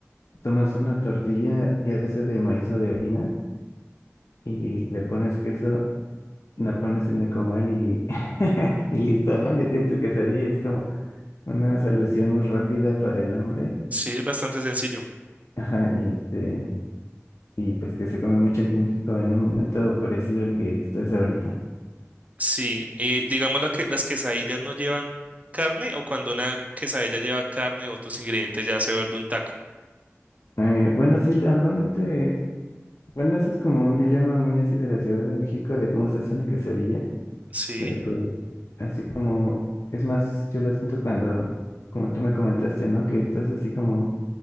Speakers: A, on the left (about 70°); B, on the right (about 30°).
A: tomas una tortilla, ya sea de maíz o de harina, y le pones queso, la pones en el comal y, <laughs> y listo, ¿no? Ya tienes tu quesadilla, es como una solución muy rápida para el hambre.
B: Sí, es bastante sencillo.
A: Ajá, y este, y pues que se come mucho aquí en México en un momento parecido al que estás ahorita.
B: Sí, y digamos la que, las quesadillas no llevan carne o cuando una quesadilla lleva carne o otros ingredientes ya se vuelve un taco.
A: Eh, bueno, sí, normalmente, bueno, eso es como un dilema muy así de la Ciudad de México, de cómo se hace una quesadilla,
B: Sí,
A: pero pues así como, es más, yo lo siento cuando, como tú me comentaste, ¿no? Que estás así como